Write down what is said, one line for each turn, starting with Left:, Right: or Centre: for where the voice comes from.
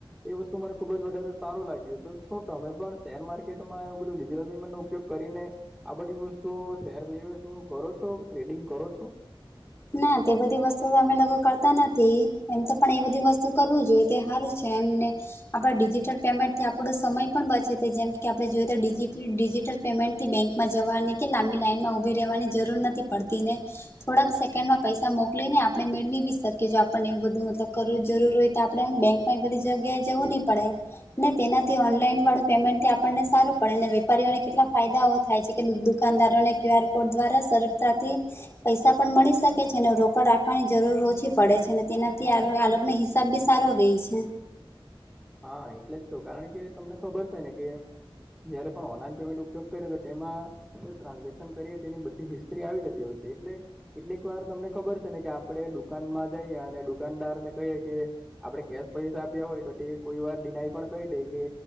Centre: એ વસ્તુ મને ખુબ જ વધારે સારું લાગ્યું તો, શું તમે પણ શેર માર્કેટમાં એવું બધું ડિજિટલમેન્ટનો ઉપયોગ કરીને આ બધી વસ્તુઓ શેર નિવેસ ને એવું કરો છો, ટ્રેડિંગ કરો છો,
Left: ના, તે બધી વસ્તુ તો અમે લોકો કરતા નથી. એમ તો પણ એ બધી વસ્તુ કરવું જોઈએ, કે સારું છે એમને આપણે ડિજિટલ પેમેન્ટ થી આપણો સમય પણ બચે, જેમ કે આપડે જોઈએ તો ડિજિટલ પેમેન્ટ થી બેંકમાં જવાની કે લાંબી લાઈનમાં ઉભી રહેવાની જરૂર નથી પડતી ને થોડાક કેનમાં પૈસા મોકલીને આપણે મેળવી બી શકીએ છે. પણ એવું બધું મતલબ કરવું જરૂર હોય, તો આપણે બેંકમાં એ બધી જગ્યાએ જવું નહી પડે. ને તેનાથી ઓનલાઈન વાળું પેમેન્ટથી આપણને સારું પડે અને વેપારીઓને કેટલા ફાયદા હોય. થાય છે, કે દુકાનદારોને ક્યુ આર કોડ દ્વારા સરળતાથી પૈસા પણ મળી શકે છે અને રોકડ રાખવાની જરૂર ઓછી પડે છે. ત્યારે આ લોકનો હિસાબ બી સારો રહે છે.
Centre: હા, એટલે જ તો કારણ કે તમને ખબર છે ને કે જયારે પણ ઓનલાઈન પેમેન્ટ ઉપયોગ કરે, તો તેમાં ટ્રાન્ઝેક્શન કરીએ તેની બધી હિસ્ટ્રી આવી જતી હોય છે. એટલે કેટલીક વાર તમને ખબર છે ને કે આપણે દુકાનમાં જઈએ અને દુકાનદાર ને કહીએ, કે આપડણે કેશ પૈસા આપ્યા હોય તો તે કોઈ વાર ડિનાય પણ કરી દે કે